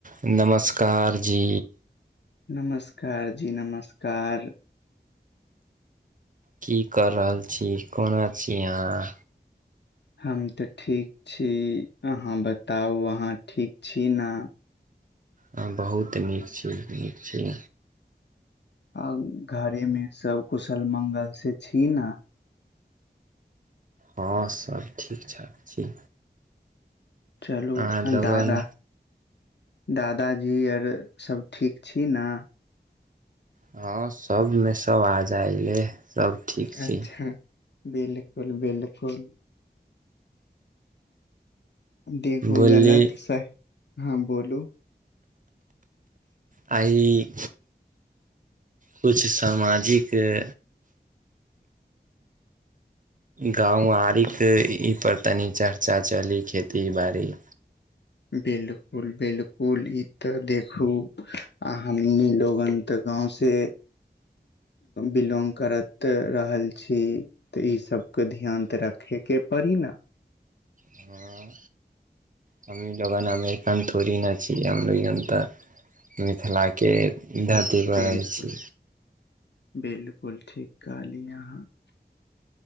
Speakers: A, on the right (about 50°); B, on the left (about 75°).
A: नमस्कार जी।
B: नमस्कार जी नमस्कार।
A: की कऽ रहल छी? कोना छी अहाँ?
B: हम तऽ ठीक छी। अहाँ बताउ अहाँ ठीक छी न?
A: हॉं बहुत नीक छी, नीक छी।
B: आ घरे मे सब कुशल मंगल से छी न?
A: हँ सब ठीक-ठाक छी।
B: चलू
A: अहाँ लगन
B: अन्दादा दादाजी अर सब ठीक छी ना?
A: हँ, सबमें सब आ जाइले, सब ठीक छी
B: अच्छा, बिलकुल-बिलकुल देखू
A: बोलली
B: गलत सह हॉं बोलू।
A: आई कुछ सामाजिकऽ गाँवारीक ई पर तनी चर्चा चली खेती बाड़ी
B: बिलकुल-बिलकुल, ई तऽ देखू आ हमीं लोगन तऽ गाँंव से बिलोंग करत रहल छी। तऽ ई सबके ध्यान तऽ रखे के पड़ी न?
A: हॉं। हमीं जबाना में एखन थोरी न छी, हम लोयंता मिथिलाके धरती पर रहैत
B: बिलकुल
A: छी।
B: बिलकुल ठीक कहली अहाँ।